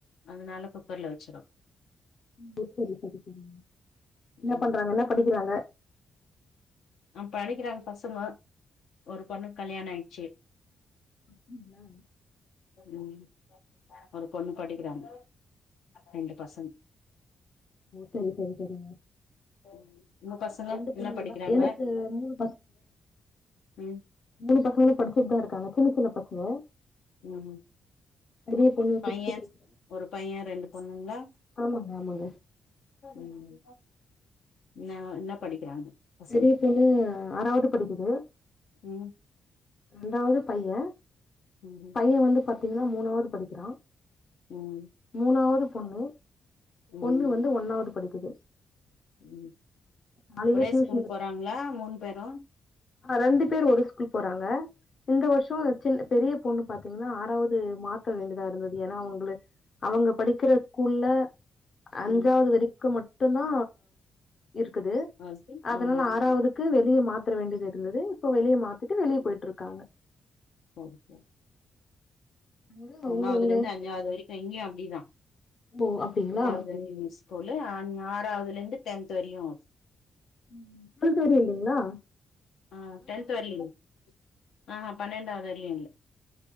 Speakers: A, on the left (about 85°); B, on the left (about 40°).
A: அதுனால குக்கர்ல வச்சுரு
B: <unintelligible> என்ன
A: ம்
B: பண்றாங்க என்ன படிக்கிறாங்க
A: அ படிக்கிறாங்க பசங்கோ ஒரு பொண்ணுக்கு கல்யாணோ ஆயிச்சு
B: அப்படிங்களா?
A: ம் ஒரு பொண்ணு படிக்கிறாங்க ரெண்டு பசங்க
B: சரி சரி சரிங்க
A: ம் உங்க பசங்க
B: ரெண்டு பொண்ணுங்களா
A: என்ன படிக்கிறாங்க
B: எனக்கு மூணு
A: ம்
B: மூனு பசங்களு படுச்சுட்டுதா இருக்காங்க சின்ன சின்ன பசங்க
A: ம்
B: பெரிய பொண்ணு
A: பையே
B: சிக்ஸ்த் படிக்கிறா
A: ஒரு பையே ரெண்டு பொண்ணுங்களா
B: ஆமாங்க ஆமாங்க
A: ம் என்னா என்னா படிக்கிறாங்க பசங்க
B: பெரிய பையெ ஆறாவ்து படிக்குது
A: ம்
B: ரெண்டாவது பையெ
A: ம் ம்
B: பையே வந்து பாத்தீங்கன்னா மூணாவது படிக்கிறா
A: ம்
B: மூணாவது பொண்ணு
A: ம்
B: பொண்ணு வந்து ஒன்னாவது படிக்குது
A: ம்
B: காலேலயே
A: ஒரே
B: ட்யூஷ்
A: ஸ்கூல் போறாங்களா மூணு பேரு
B: ஆ ரெண்டு பேரு ஒரு ஸ்கூல் போறாங்க இந்த வர்ஷோ ம் சின் பெரிய பொண்ணு பாத்தீங்கன்னா ஆறாவது மாத்த வேண்டிதா இருந்தது ஏனா அவுங்ளே அவுங்க படிக்கிற ஸ்கூல்ல அஞ்சாது
A: ம்
B: வரைக்கு மட்டுந்தா இருக்குது
A: ஆ
B: அதுனால
A: ஆஹா
B: ஆறாவதுக்கு வெளிய மாத்ர வேண்டியது இருந்தது இப்போ வெளிய மாத்திட்டு வெளிய போயிட்டு இருக்காங்க
A: சேரி சேரி
B: அங்க அவங்க
A: ஒண்ணாவதுல
B: உங்க
A: இருந்து அஞ்சாவது வரைக் இல்ல இங்கியு அப்டிதா
B: ஓ அப்டிங்களா
A: <unintelligible> தோழு அன் ஆறாவதுல இருந்து டென்த் வரையு ஒரு
B: ம் டொல்த் வரயு இல்லெங்ளா
A: ஆ டென்த் வரயு இல்ல அ ஆ பன்னெண்டாவது வரயு இல்ல